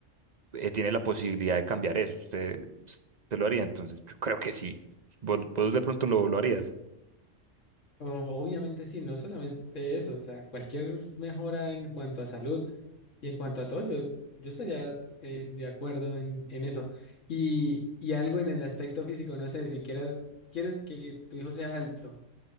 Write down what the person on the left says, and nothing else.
O- Obviamente sí, no solamente eso, o sea, cualquier mejora en cuanto a salud y en cuanto a todo, yo, yo estaría eh, de acuerdo en, en eso. Y, y algo en el aspecto físico, no sé, si quieras, quieres que tu hijo sea alto,